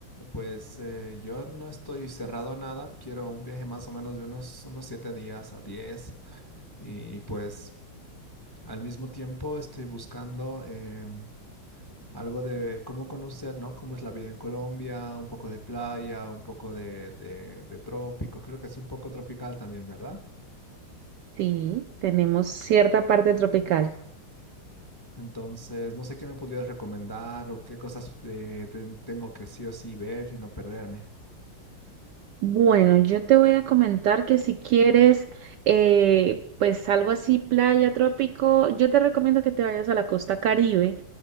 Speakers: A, on the left; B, on the right.
A: Pues eh, yo no estoy cerrado a nada, quiero un viaje más o menos de unos, unos siete días a 10 y pues al mismo tiempo estoy buscando em, Algo de cómo conocer, ¿no? Cómo es la vida en Colombia, un poco de playa, un poco de, de, de trópico. Creo que es un poco tropical también, ¿verdad?
B: Sí, tenemos cierta parte tropical.
A: Entonces, no sé qué me podrías recomendar o qué cosas te- te- tengo que sí o sí ver y no perderme.
B: Bueno, yo te voy a comentar que si quieres, eh, pues algo así, playa, trópico, yo te recomiendo que te vayas a la costa Caribe.